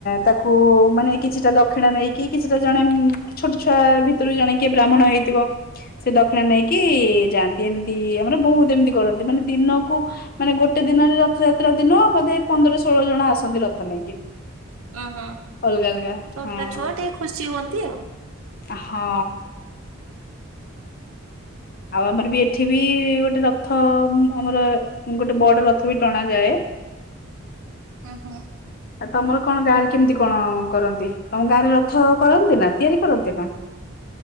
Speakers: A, on the left; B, on the right.
A: ତାକୁ ମାନେ କିଛିଟା ଦକ୍ଷିଣା ନେଇକି କିଛିଟା ଜଣେ ଉଁ, ଛୋଟ ଛୁଆ ଭିତରୁ ଜାଣେ କିଏ ବ୍ରାହ୍ମଣ ହେଇଥିବ, ସେ ଦକ୍ଷିଣା ନେଇକି ଯାଆନ୍ତି ଏମତି ତି ଆମର ବହୁତ ଏମିତି କରନ୍ତି ମାନେ ଦିନକୁ ମାନେ ଗୋଟେ ଦିନରେ ରଥଯାତ୍ରା ଦିନ ବୋଧେ ପନ୍ଦର ଷୋ ଷୋଳ ଜଣ ଆସନ୍ତି ରଥ ନେଇକି।
B: ଓହୋ,
A: ଅଲଗା ଅଲଗା
B: ଛୋଟ
A: ହଁ
B: ଛୁଆ ଟିକେ ଖୁସି ହୁଅନ୍ତି ଆଉ।
A: ହଁ। ଆଉ ଆମର ବି ଏଠି ବି ଗୋଟେ ରଥ ଉଁ, ଆମର ଗୋଟେ ବଡ ରଥ ବି ଟଣାଯାଏ। <inaudible>
B: ହଁ, ହଁ।
A: ଆ, ତୋମର କଣ ଗାଁ ରେ କେମିତି କଣ କରନ୍ତି? ତୋମ ଗାଁ ରେ ରଥ କରନ୍ତି ନା ତିଆରି କରନ୍ତି ନା?